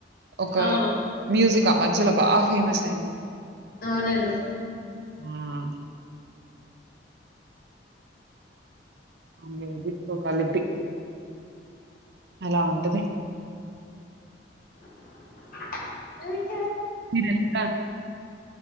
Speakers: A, on the right (about 65°); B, on the left (about 55°).
A: ఒక
B: ఆ
A: మ్యూజిక్ ఆ మధ్యలో బా ఫేమస్ అయ్యింది
B: అవునండి
A: మ్ మ్యూజిక్ తో కలిపి అలా ఉంటది
B: <inaudible>
A: మీరెళ్తా